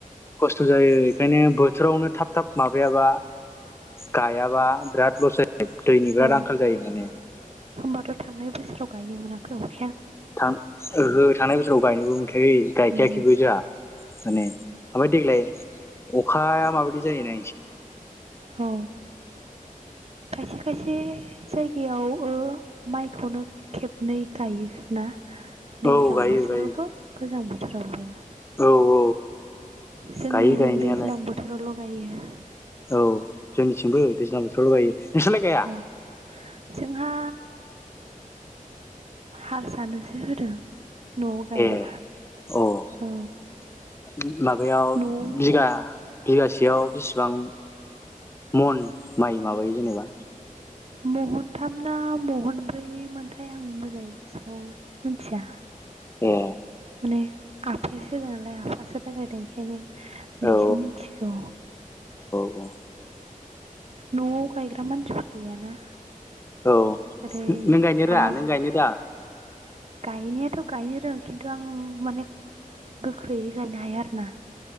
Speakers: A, on the left (about 15°); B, on the right (about 45°).
A: खस्थ' जायो बेखायनो बोथोरावनो थाब थाब माबायाबा गायाबा बिराद लस जायो दैनि बिराद
B: औ
A: आंखाल जायो माने
B: होमबाथ' थांनाय बोसोराव गायनो मोनाखै अ
A: थां ओहो थांनाय बोसोराव गायनोबो मोनखायाखै गायखायाखैबो
B: उम
A: जोंहा माने ओमफ्राय देग्लाय अखाया माबायदि जायो नाय
B: औ खायसे खायसे जाय बेयाव ओ माइखौनो खेबनै गायो ना दैज्लां
A: औ गायो
B: बोथोरावबो
A: गायो
B: गोजां बो थोराबो
A: औ औ
B: जोंनि
A: गायो
B: जों
A: गायनायालाय
B: दैज्लां बोथोराव ल' बायो
A: औ जोंनिथिंबो दैज्लां बोथोराव गायो नोंसोरलाय गाया
B: औ जोंहा हारसानोसो होदों न'आव गाया
A: ए अ उम
B: औ
A: माबायाव
B: न'आव
A: बिगा बिगासेयाव बिसेबां मन माइ माबायो जेनेबा
B: महनथाम ना महनब्रै मोनथाय आं मोजांङै गोसोखौ मिन्थिया
A: ए
B: माने आफायासो नालाय आफासो रायलायदों बेखायनो बेसे
A: औ
B: मिनथिगौ
A: औ
B: नवाव गायग्रा मानसिफोर गैयाना
A: औ
B: ओरै
A: नों गायनो राङा
B: आं
A: नों गायनो रोङा।
B: गायनायाथ गायनो रों खिन्थु आं माने गोख्रैयै गायनो हाया आरो ना